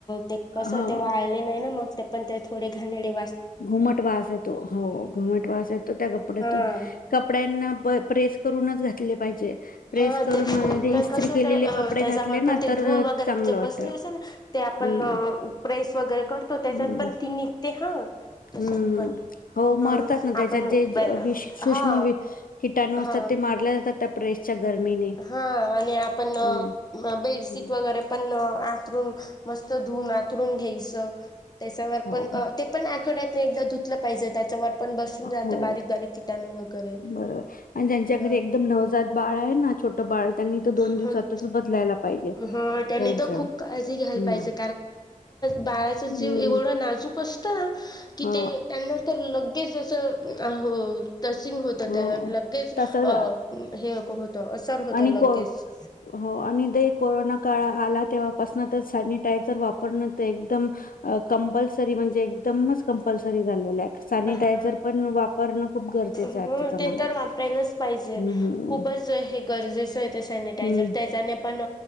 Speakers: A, on the left; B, on the left.
A: ते कस
B: हा
A: ते वाळले नाही ना मग ते पण थोडे घाणेरडे
B: घुमटवास येतो हो घुमटवास येतो त्या कपड्यातून
A: हा
B: कपड्यांना प्रेस करूनच घातले पाहिजे. प्रेस
A: हा
B: करून
A: ते
B: म्हणजे इस्त्री
A: कस
B: केलेले
A: ते
B: कपडे
A: त्याच्यावर
B: घातले ना
A: पण ते
B: तर
A: धूळ
B: अ,
A: वैगेरे
B: चांगलं वाटत
A: बसली असेल ना आपण
B: हम्म
A: प्रेस वैगेरे करतो, त्याच्यात
B: हम्म
A: पण ती निघते हा तसत
B: हम्म
A: पण
B: हम्म हो
A: ह
B: मरतात ना त्याच्यात
A: आपण
B: जे वि सूक्ष्म
A: हा
B: किटाणू असतात,
A: हा
B: ते मारल्या जातात त्या प्रेसच्या गरमीने
A: हा आणि आपण
B: हम्म
A: बेडशीट
B: हम्म.
A: वैगेरे पण आथरून मस्त धुवून आथरून घ्यायचं, त्याच्यावर
B: हो
A: पण ते पण आठवड्यातून एकदा धुतलं पाहिजे त्याच्यावर आपण बसून जात
B: हो
A: बारीक बारीक किटाणू वगैरे
B: बरोबर आणि ज्यांच्या
A: ह
B: घरी एकदम नवजात बाळ आहे ना छोटं बाळ त्यांनी तर दोन
A: ह
B: दिवसातच बदलायला पाहिजे
A: हा त्यांनी
B: त्यांच
A: तर खूप काळजी
B: हम्म
A: घायल पाहिजे. बाळा जीव
B: हम्म
A: एवढ नाजूक असत ना की
B: हा
A: त्यांणा तो ले असंसिंग होत
B: हा
A: ते लगेच
B: तसच
A: अ हे असर होतं
B: आणि
A: लगेच
B: हो आणि ते कोरोना काळ आला--, तेव्हा पासून तर सेनिटायझर वापरणं ते एकदम अ कम्पल्सरी म्हणजे एकदमच कंपलसरी झालेल आहे सॅनिटायझर
A: हा
B: पण वापरणं खूप गरजेचं
A: हो
B: आहे. आजच्या
A: ते
B: जमान्यात
A: तर वापरायलाच पाहिजे,
B: हम्म हम्म
A: खूपच हे गरजेचं आहे ते सॅनिटायझर
B: हम्म
A: त्याच्याने पण